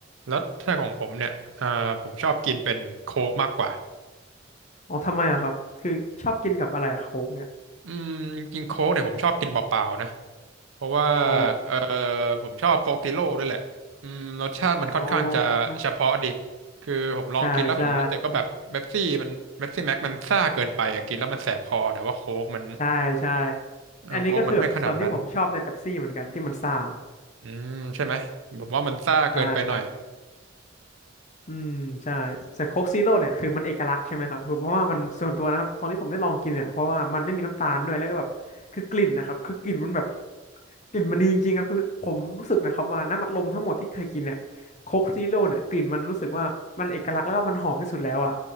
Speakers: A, on the right; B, on the left.
A: แล้วถ้าของผมเนี่ยเอ่อผมชอบกินเป็นโค้กมากกว่า
B: อ๋อทำไมล่ะครับคือชอบกินกับอะไรอะโค้กเนี่ย
A: อืมจริงๆโค้กเนี่ยผมชอบกินเปล่าๆนะ เพราะว่า
B: อ๋อ
A: เออผมชอบโคกติโร่ด้วยแหละอืมรสชาติมันค่อนข้างจะเฉพาะดิ
B: อ๋อ
A: คือผมลองกินแล้วผมรู้สึกว่าแบบเป๊ปซี่มันเป๊ปซี่แม็กมันซ่าเกินไปอะกินแล้วมันแสบคอแต่ว่าโค้กมัน
B: ใช่ใช่ ใช่ใช่
A: เออโค้กมันไม่ขนาดนั้น
B: อันนี้ก็คือแบบส่วนที่ผมชอบในเป๊ปซี่เหมือนกันที่มันซ่า
A: อืมใช่ไหมผมว่ามันซ่าเกินไปหน่อย
B: ใช่ครับอืมใช่แต่โค้กซีโร่เนี่ยคือมันเอกลักษณ์ใช่ไหมครับคือเพราะว่ามันส่วนตัวนะครับตอนที่ผมได้ลองกินเนี่ยเพราะว่ามันไม่มีน้ำตาลด้วยแล้วก็แบบคือกลิ่นนะครับคือกลิ่นมันแบบกลิ่นมันดีจริงๆครับคือผมรู้สึกนะครับว่าน้ำอัดลมทั้งหมดที่เคยกินเนี่ยโค้กซีโร่เนี่ยกลิ่นมันรู้สึกว่ามันเอกลักษณ์แล้วก็มันหอมที่สุดแล้วอ่ะ